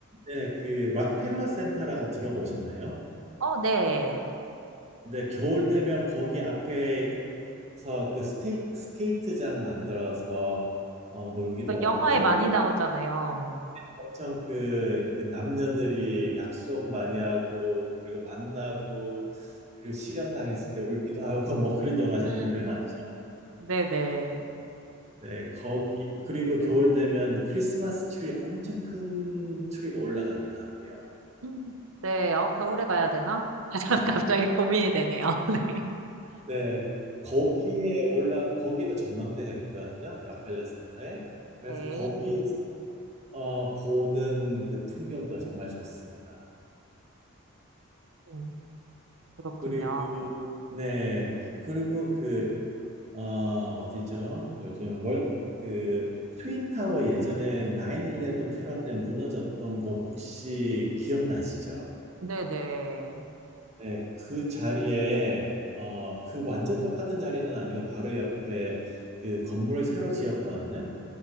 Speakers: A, on the right; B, on the right.
A: 네, 그 락펠러 센터라고 들어보셨나요?
B: 어, 네.
A: 근데 겨울 되면 거기 앞에서 그 스테이, 스케이트장 만들어서 어, 놀기도
B: 그
A: 하고
B: 영화에 많이 나오잖아요.
A: 엄청 그, 그 남녀들이 약속 많이 하고 그리고 만나고 그리고 실현당했을 때 울기도 하고 뭐 그런 영화 장면들
B: 음,
A: 많죠.
B: 네네.
A: 네, 거기 그리고 겨울 되면 크리스마스 트리 엄청 큰 트리가 올라가기도 하고요.
B: 음, 네. 어, 겨울에 가야 되나? <laughs> 갑자기 고민이 되네요. <laughs> 네.
A: 네, 거기에 올라 거기도 전망대가 있거든요. 락펠러 센터에. 그래서
B: 네.
A: 거기 어, 보는 그 풍경도 정말 좋습니다.
B: 음, 그렇군요.
A: 그리고 네, 그리고 그 어, 어디죠? 요즘 월, 그, 트윈타워 예전에 9/11 테러 때 무너졌던 곳 혹시 기억나시죠?
B: 네네.
A: 네, 그 자리에, 어, 그 완전 똑같은 자리는 아니고 바로 옆에 그 건물을 새로 지었거든요.